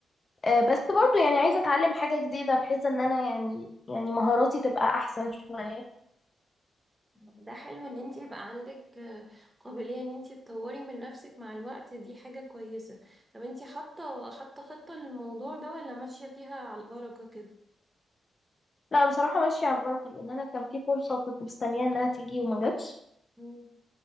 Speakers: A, on the left; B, on the right.
A: أه بس برضو يعني عايزة أتعلم حاجة جديدة بحيث إن أنا يعني يعني مهاراتي تبقى أحسن شوية
B: ده حلو ان انت يبقى عندك آه، قابلية ان انت تطوري من نفسك مع الوقت دي حاجة كويسة طب انت حاطة حاطة خطة للموضوع ده ولا ماشية فيها على البركة كده
A: لا بصراحة ماشية على البركة لأن أنا كان في فرصة كنت مستنية إنها تيجي وما جاتش
B: مم.